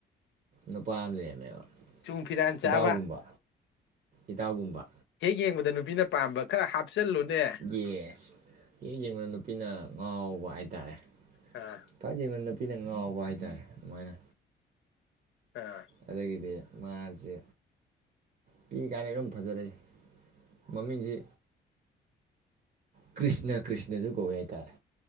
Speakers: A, on the right; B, on the left.
A: ꯅꯨꯄꯥ ꯑꯃ ꯂꯩꯔꯝꯃꯦꯕ
B: ꯆꯨꯡ ꯐꯤꯔꯥꯟ ꯆꯥꯕ
A: ꯏꯇꯥꯎꯒꯨꯝꯕ ꯏꯇꯥꯎꯒꯨꯝꯕ
B: ꯍꯦꯛ ꯌꯦꯡꯕꯗ ꯅꯨꯄꯤꯅ ꯄꯥꯝꯕ ꯈꯔ ꯍꯥꯞ ꯎꯠꯁꯜꯂꯨꯅꯦ
A: ꯌꯦꯁ ꯍꯦꯛ ꯌꯦꯡꯕꯗ ꯅꯨꯄꯤꯅ ꯉꯥꯎꯕ ꯍꯥꯏꯇꯥꯔꯦ
B: ꯑꯥ
A: ꯊꯥꯖ ꯌꯦꯡꯕ ꯅꯨꯄꯤꯅ ꯉꯥꯎꯕ ꯍꯥꯏꯇꯥꯔꯦ ꯑꯗꯨꯃꯥꯏꯅ
B: ꯑꯥ
A: ꯑꯗꯒꯤꯗꯤ ꯃꯥꯁꯦ ꯄꯤꯀꯥꯏꯀꯥꯜꯗ ꯑꯗꯨꯝ ꯐꯖꯔꯛꯦ ꯃꯃꯤꯡꯁꯤ ꯀ꯭ꯔꯤꯁꯅ ꯀ꯭ꯔꯤꯁꯅꯁꯨ ꯀꯋ ꯌꯥꯇꯥꯔꯦ